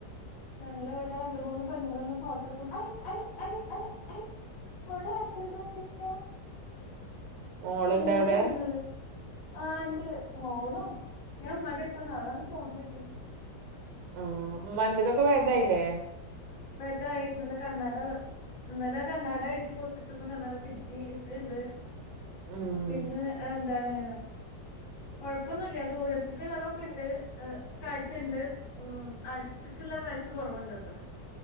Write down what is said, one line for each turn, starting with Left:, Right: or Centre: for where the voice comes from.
Left: ഞങ്ങടെ വെടെ രണ്ട് മൂന്ന് പെണ്ണ്ങ്ങളെന്നും ഫോട്ടോ എടുക്കും അയ് അയ് അയ് അയ് അയ് ഫോട്ടോ കാണിച്ചൊടുക്കും പർഞ്ഞിട്ട് ങ്ങനെ.
Right: മോളുണ്ട്
Left: മൂന്ന്
Right: അവിടെ
Left: പെണ്ണുങ്ങള്. ആഹ് ണ്ട് മോളും ഞാൻ ഇമ്മാടെ എട്ത്താ. നാളാണ്ട് പോണം വീട്ടീക്ക്
Right: ആഹ് ഇമ്മാൻ്റെതൊക്കെ ഭേദായില്ലേ?
Left: ഭേതായി. ഇന്നലെ കണ്ണട ഇന്നലെ കണ്ണാട എഴ്തി കൊടുത്തിട്ടു ഇന്ന് കണ്ണാട കിട്ടി. ഇട്ട്ണ്ട്.
Right: ഉം
Left: പിന്നെ എന്താണ് കുഴപ്പൊന്നുല്ല. ദൂരത്ത്ക്ക് ഇള്ളതൊക്കെ ഇണ്ട്. എഹ് കാഴ്ച ണ്ട്. ഉം അട്ത്ത്ക്ള്ള കാഴ്ച കൊറവ്ണ്ട് അത്രെ.